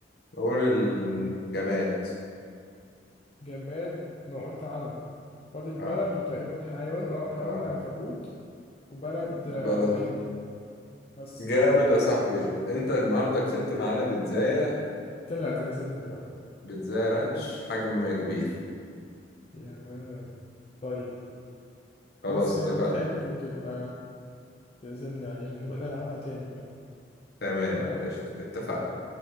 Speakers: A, on the left (about 60°); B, on the left (about 35°).
A: قول الجماد
B: جماد ما قلت علم فاضل بلد
A: اه
B: وتقريبا حيوان اه حيوان
A: اه
B: عنكبوت وبلد
A: بلد
B: آه، عمان بس
A: جامد
B: كده
A: يا صاحبي انت النهارده
B: طيب.
A: كسبت معانا بيتزاية
B: انت إنت اللي هتعزمني بقى
A: بيتزاية رانش حجم كبير
B: يا ولد طيب
A: خلاص
B: بس كده
A: اتفقنا
B: نتقابل وتبقى تعزمني عليها ونبقى نلعبها تاني بقى
A: تمام
B: تمام
A: قشطة اتفقنا
B: تمام